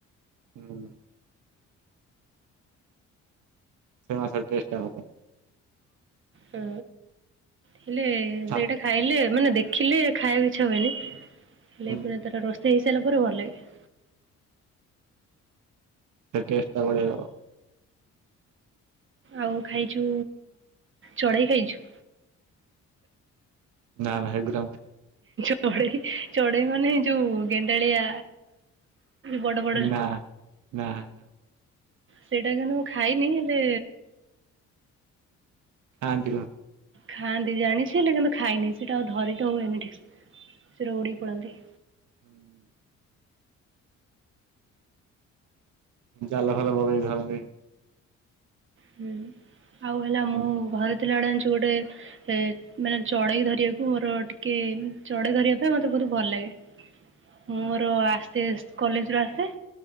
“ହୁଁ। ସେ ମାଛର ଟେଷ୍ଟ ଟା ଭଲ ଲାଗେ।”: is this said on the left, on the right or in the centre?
Right